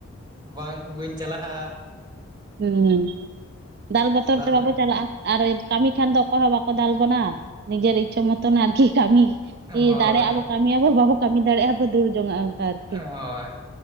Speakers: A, on the right (about 20°); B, on the right (about 50°).
A: ᱵᱟᱝ ᱵᱟᱹᱧ ᱪᱟᱞᱟᱜᱼᱟᱼᱼ
B: ᱦᱮᱸ ᱫᱟᱞ ᱵᱚᱛᱚᱨ ᱛᱮ
A: ᱥᱟᱱᱟᱧᱟ᱾
B: ᱵᱟᱵᱚ ᱪᱟᱞᱟᱜᱼᱟ ᱟᱨ ᱠᱟᱹᱢᱤ ᱠᱷᱟᱱ ᱫᱚᱼᱼ ᱚᱠᱚᱭ ᱦᱚᱸ ᱵᱟᱠᱚ ᱫᱟᱞ ᱵᱚᱱᱟ ᱱᱤᱡᱮᱨ ᱤᱪᱪᱷᱟᱹ ᱢᱚᱛᱚᱱ ᱟᱨᱠᱤ ᱠᱟᱹᱢᱤ
A: ᱦᱳᱭ
B: ᱫᱟᱲᱮ ᱟᱵᱚᱼᱼ ᱠᱟᱹᱢᱤᱭᱟᱵᱚ ᱵᱟᱵᱚ ᱠᱟᱹᱢᱤ ᱫᱟᱲᱮᱭᱟᱜᱼᱟ ᱵᱚ ᱫᱟᱹᱲ ᱡᱚᱝᱟᱜᱼᱟ ᱟᱨᱠᱤ
A: ᱦᱳᱭ